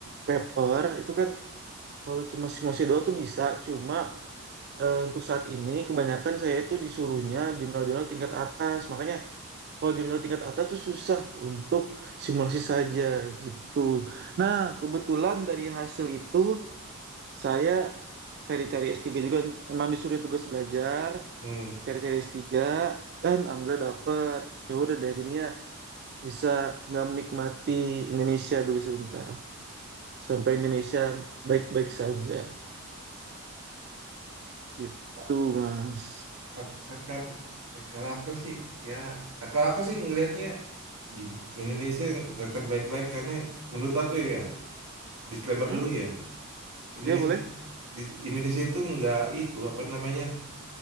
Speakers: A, on the right; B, on the right.
A: paper itu kan kalau cuma simulasi doang tuh bisa cuma eh, untuk saat ini kebanyakan saya itu disuruhnya jurnal-jurnal tingkat atas makanya kalau jurnal tingkat atas tuh susah untuk simulasi saja gitu nah kebetulan dari hasil itu saya cari-cari s tiga juga emang disuruh tugas belajar
B: hmm.
A: cari-cari s tiga dan alhamdulillah dapet ya udah deh jadinya bisa nggak menikmati Indonesia dulu sebentar sampai Indonesia baik-baik saja gitu
B: A-
A: mas
B: a- Kakak, eh, kalau aku sih ya, kalau aku sih ngelihatnya gini, Indonesia nggak akan baik-baik karena menurut aku ya, disclaimer
A: hmm?
B: dulu ya, Indonesia
A: ya boleh
B: di Indonesia itu nggak itu apa namanya